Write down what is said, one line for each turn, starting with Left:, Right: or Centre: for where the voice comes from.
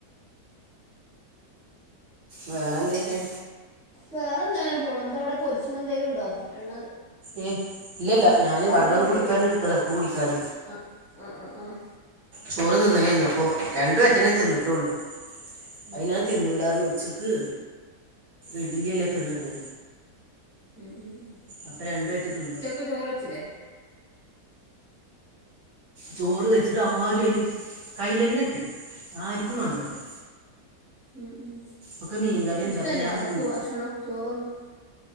Right: വേറെ എന്തൊക്കെയ
Centre: വേറെ എന്താ ങ്ങനെ പോണു എന്താ അവിടെ പൊരിച്ചന എന്തേലും ഉണ്ടോ എണ്ണ
Right: ഏയ് ഇല്ലല്ല ഞാന്
Centre: അവിടെ
Right: വെള്ളം
Centre: എന്തേലും
Right: കുടിക്കാന്
Centre: പൊരി
Right: എടുത്തത ഇക്ക് കുടിക്കാൻ
Centre: ആഹ് ആഹ് ആഹ് ആഹ്
Right: ചോറ് തിന്നലേഞ് അപ്പോ രണ്ടു വറ്റന്നെ തിന്നിട്ടുള്ളൂ
Centre: ഉം
Right: അതിന തിന്നൂലാർന്ന് ഉച്ചക്ക് ഇഡല്യല്ലേ തിന്നത്
Centre: ഉം ഉം ഉം
Right: അപ്പ രണ്ട് വറ്റ് തിന്നു
Centre: ക്ക് ചോറ് വച്ച്ല്ലേ
Right: ചോറ് വെച്ചിട്ട് ആരും അയ്ല് കൈലെന്നെ ഇട്ടില്ല ആരിക്കും വേണ്ടത്രേ
Centre: ഉം ഉം
Right: ഒക്കെ മീൻകറി ഉണ്ട്
Centre: ഇഷ്ടല്ലേ
Right: അപ്പം ഞാൻ
Centre: വക്കക്ക്
Right: ഉം,
Centre: ഭക്ഷണം ചോറൊന്നും